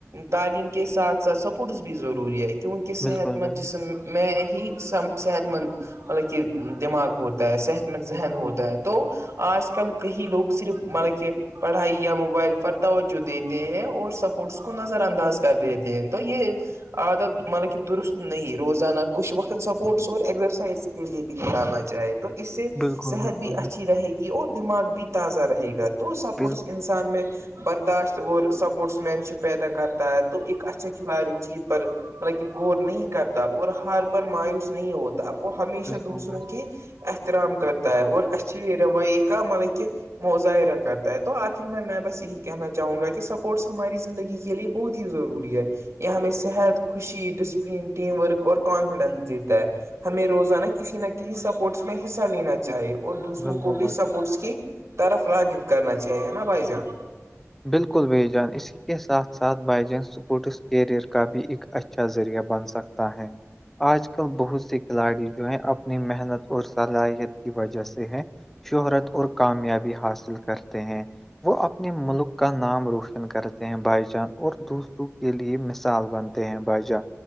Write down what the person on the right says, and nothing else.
تعلیم کے ساتھ ساتھ سپورٹس بھی ضروری ہے کیونکہ صحت
مند
جسم میں ہی سب صحت مند مطلب کہ دماغ ہوتا ہے صحت میں ذہن ہوتا ہے تو آج کل کہیں لوگ صرف مطلب کہ پڑھائی یا موبائل پر توجہ دیتے ہیں اور سپورٹس کو نظر انداز کر دیتے ہیں تو یہ عادت مطلب کہ درست نہیں روزانہ کچھ وقت سپورٹس اور ایزرسائز کے لیے بھی نکالنا چاہے تھ تو اس سے
صحت
بھی اچھی رہے گی اور دماغ بھی تازہ رہے گا تو سپورٹس
ان ان میں برداشت وہ سپورٹس مین شپ پیدا کرتا ہے تو ایک اچھا کھلاڑی جیت پر مطلب کہ غور نہیں کرتا اور ہار پر مایوس نہیں ہوتا وہ ہمیشہ
دوسروں
کے احترام کرتا ہے اور اسے یہ رویے کا ملب کہ مظاہرہ کرتا ہے تو آخر میں میں بس یہی کہنا چاہوں گا کہ سپورٹس ہماری زندگی کے لیے بہت ہی ضروری ہے یہ ہمیں صحت خوشی ڈسپلین ٹیم ورک اور کانفیڈینس جیتا ہے ہمیں روزانہ کسی نہ کسی سپورٹس میں حصہ لینا چ چاہی اور دوسروں
کو بھی
سپورٹس کی طرف را کرنا چاہیے ہے نا بھائی جان